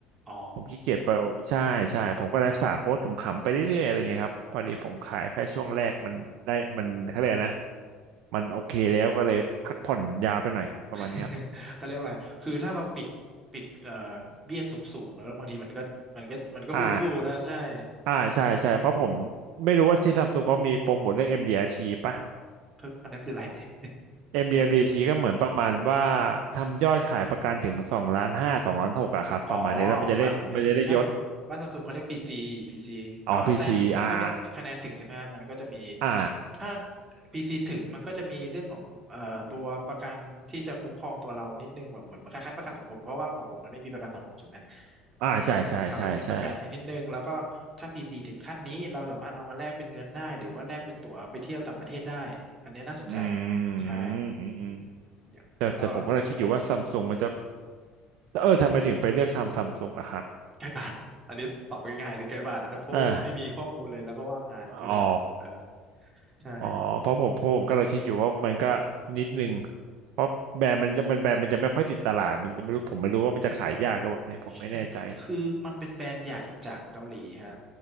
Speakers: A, on the right; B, on the right.
A: อ๋อ
B: ผมขี้เกียจไปใช่ใช่ผมก็รักษาโค้ดขำๆไปเรื่อยๆอะไรเงี้ยครับพอดีผมขายแค่ช่วงแรกมันได้มันเขาเรียกนะ
A: อ๋อ
B: มันโอเคแล้วก็เลยพักผ่อนยาวไปหน่อยประมาณนี้ครับ
A: <laughs>
B: <laughs>
A: เขาเรียกอะไรคือถ้าเราปิดปิดเอ่อเบี้ยสูงสูงแล้วบางทีมันก็มันก็มันก็ฟูฟูนะใช่
B: อ่าอ่าใช่ใช่เพราะผม
A: อืม
B: ไม่รู้ว่าที่ซัมซุงเขามีโปรโมทเรื่อง MDRT ป่ะ
A: คืออันนั้นคืออะไร <laughs>
B: MDMDT
A: ขอโทษที
B: ก็เหมือนประมาณว่าทำยอดขายประกันถึงสองล้านห้าสองล้านหกอะครับประมาณนี้แล้วมันจะได้มันจะได้ยศ
A: อ๋อบ้านไอ้ถ้าเป็นบ้านซัมซุงเขาเรียก PC PC เขาแต้มถ้าเป็นคะแนนถึงใช่ไหมฮะมันก็จะมี
B: อ๋อพีซีอา c r อ่า
A: ถ้า PC ถึงมันก็จะมีเรื่องของเอ่อตัวประกันที่จะคุ้มครองตัวเรานิดนึงแบบเหมือนคล้ายๆประกันสังคมเพราะว่าของผมมันไม่มีประกันสังคมถูกไหม
B: อ่าใช่ใช่ใช่ใช่
A: ได้เขาก็จะมีประกันให้นิดนึงแล้วก็ถ้า PC ถึงขั้นนี้เราสามารถเอามาแลกเป็นเงินได้หรือว่าแลกเป็นตั๋วไปเที่ยวต่างประเทศได้อันนี้น่าสนใจ
B: อืม
A: ใช่
B: อืมอืม
A: อย่างแล้วก็แล้วแต่
B: แต่แต่ผมก็เลยคิดอยู่ว่าซัมซุงมันจะเออทำไมถึงไปเลือกทำซัมซุงอะครับ
A: ใกล้บาท อันนี้ตอบง่ายๆเลยใกล้บาทอันนั้นเพราะว่าผมไม่มีข้อมูลเลยแล้วก็ว่างงานก็เลยแบบเออ
B: อ่าอ๋อ
A: ใช่
B: อ๋อเพราะผมเพราะผมก็เลยคิดอยู่ว่ามันก็นิดนึงเพราะแบรนด์มันจะมันแบรนด์มันจะไม่ค่อยติดตลาดมันจะไม่รู้ผมไม่รู้ว่ามันจะขายยากหรือเปล่าเนี่ยผมไม่แน่ใจ
A: ใช่ คือมันเป็นแบรนด์ใหญ่จากเกาหลีฮะ